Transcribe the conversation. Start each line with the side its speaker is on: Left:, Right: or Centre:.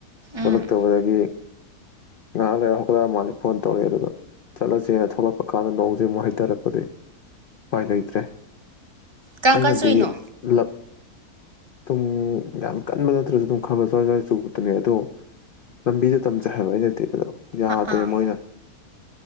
Left: ꯑꯣꯠꯂꯛꯛꯇꯕꯗꯒꯤ
Right: ꯎꯝ
Left: ꯉꯥꯏꯍꯥꯛ ꯂꯩꯔ ꯍꯧꯒꯠꯂꯛꯑ ꯃꯥꯜꯂꯦ ꯐꯣꯟ ꯇꯧꯔꯛꯑꯦ ꯑꯗꯨꯒ ꯆꯠꯂꯁꯦꯅ ꯊꯣꯛꯂꯛꯄ ꯀꯥꯟꯗ ꯅꯣꯡꯁꯦ ꯑꯃꯨꯛ ꯍꯩꯊꯔꯛꯄꯗꯩ ꯎꯄꯥꯏ ꯂꯩꯇ꯭ꯔꯦ꯫
Right: ꯀꯔꯝ
Left: ꯑꯩꯅꯗꯤ
Right: ꯀꯥꯟ ꯆꯨꯏꯅꯣ
Left: ꯂꯞ ꯑꯗꯨꯝ ꯌꯥꯝ ꯀꯟꯕ ꯅꯠꯇ꯭ꯔꯁꯨ ꯑꯗꯨꯝ ꯈꯔ ꯈ ꯁꯣꯏꯖꯣꯏ ꯆꯨꯕꯗꯨꯅꯦ ꯑꯗꯣ ꯂꯝꯕꯤꯗ ꯇꯝꯖꯩ ꯍꯥꯏꯕ ꯑꯩꯩꯅꯠꯇꯦ ꯑꯗꯣ ꯌꯥꯗ꯭ꯔꯦ
Right: ꯑꯥ ꯑꯥ
Left: ꯃꯣꯏꯅ